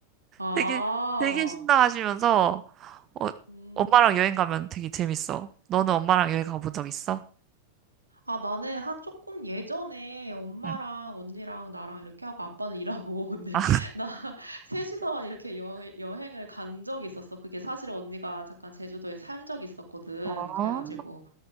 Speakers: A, on the right; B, on the right.
A: 아,
B: 되게, 되게 신나하시면서 어,
A: 음.
B: 엄마랑 여행 가면 되게 재밌어. 너는 엄마랑 여행 가본 적 있어?
A: 아, 나는 한 조금 예전에 엄마랑
B: 응.
A: 언니랑 나랑 이렇게 하고 아빠는 일하고 <laughs> 근데
B: 아,
A: 나 <laughs> 셋이서만 이렇게 여행, 여행을 간 적이 있었어. 그게 사실 언니가 잠깐 제주도에 산 적이 있었거든.
B: 어,
A: 그래가지고